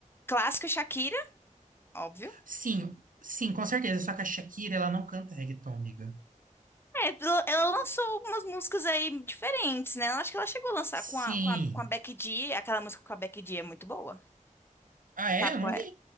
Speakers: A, on the left; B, on the right.
A: Clássico Shakira, óbvio.
B: Sim, sim, com certeza. Só que a Shakira, ela não canta reggaeton, amiga.
A: É, ela ela lançou umas músicas aí diferentes, né? Eu acho que ela chegou a lançar
B: Sim.
A: com a, com a, com a Becky G. Aquela música com a Becky G é muito boa.
B: Ah, é?
A: Sabe
B: Eu não
A: qual
B: vi.
A: é?